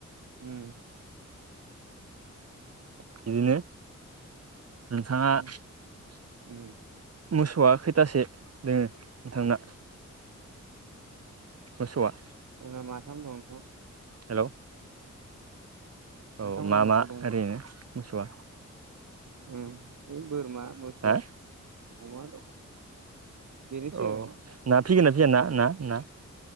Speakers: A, on the right; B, on the right.
A: उम
B: बिदिनो नोंथाङा
A: उम
B: <unintelligible>
A: उम
B: मोसौआ खैथासो दोङो नोंथांना मोसौआ
A: जोंना माथाम दं
B: हेल'
A: नोंथांमोननाव
B: औ मा
A: मोसौ
B: मा ओरैनो मोसौआ
A: उ बे बोरमा मोसौ
B: हा
A: अमा दं बेनोसै
B: अ
A: आरोना नोंथां
B: ना फिगोना फैय ना ना ना